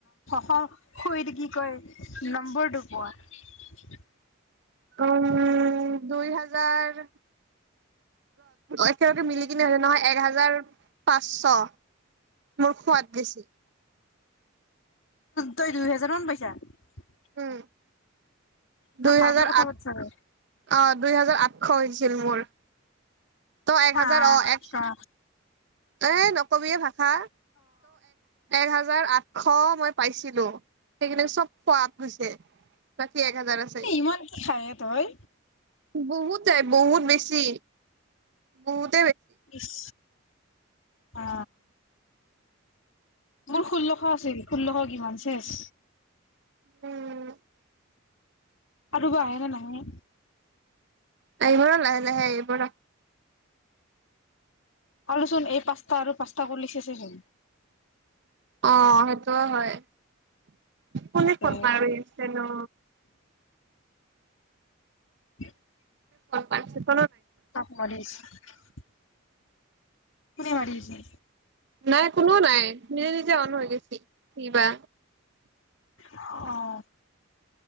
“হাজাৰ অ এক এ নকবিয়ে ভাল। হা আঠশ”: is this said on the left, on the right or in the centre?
Right